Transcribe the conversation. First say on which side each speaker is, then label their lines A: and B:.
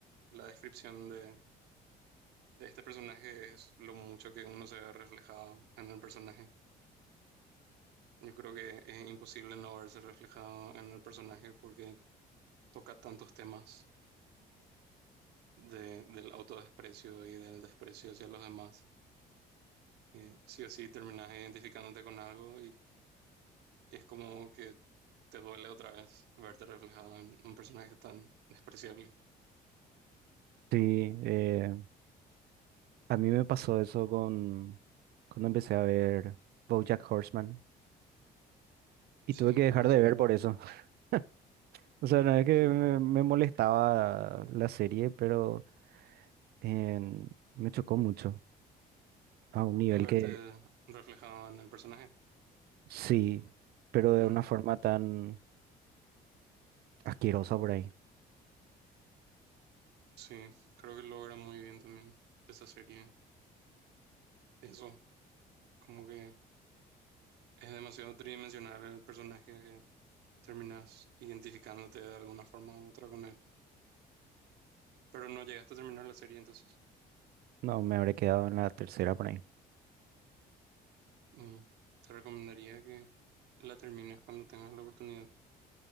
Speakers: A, on the right; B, on the right.
A: la descripción de, de este personaje es lo mucho que uno se ve reflejado en el personaje. Yo creo que es imposible no verse reflejado en el personaje porque toca tantos temas de, del autodesprecio y del desprecio hacia los demás. Eh, sí o sí terminas identificándote con algo es como que te duele otra vez verte reflejado en un personaje tan despreciable.
B: Sí, eh, a mí me pasó eso con cuando empecé a ver BoJack Horseman y
A: Sí,
B: tuve que dejar
A: qué buena
B: de
A: serie.
B: ver por eso. <laughs> O sea, no es que
A: Por-
B: me, me molestaba la serie, pero en- me chocó mucho, a un nivel
A: verte
B: que
A: reflejado en el personaje.
B: sí, pero de
A: Mm,
B: una forma tan asquerosa por ahí.
A: sí, creo que logra muy bien también esa serie. Eso, como que es demasiado tridimensional el personaje que terminas identificándote de alguna forma u otra con él. Pero no llegaste a terminar la serie, entonces.
B: No, me habré quedado en la tercera por ahí.
A: Y te recomendaría que la termines cuando tengas la oportunidad.